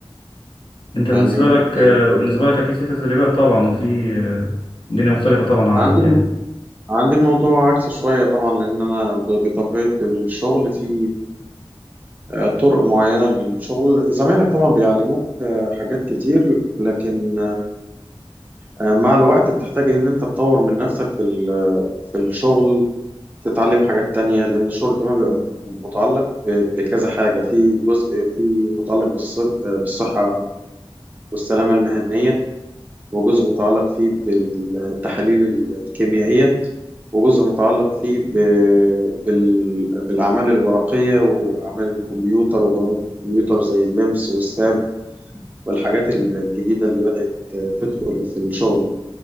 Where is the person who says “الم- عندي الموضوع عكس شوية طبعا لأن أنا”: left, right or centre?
Right